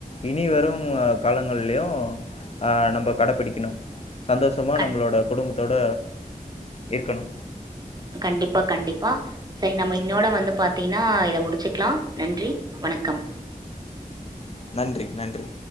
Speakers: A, on the left; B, on the right.
A: இனி வரு காலங்கள்லயு ஆஹ் நம்ப கடப்பிடிக்குணு சந்தோஷமா
B: கண்
A: நம்ளோட குடும்ப தோட இருக்கணு
B: கண்டிப்பா கண்டிப்பா சரி நம்ம இன்னோட வந்து பாத்தீங்ன்னா இத முடிச்சுக்லா நன்றி வணக்கம்
A: நன்றி நன்றி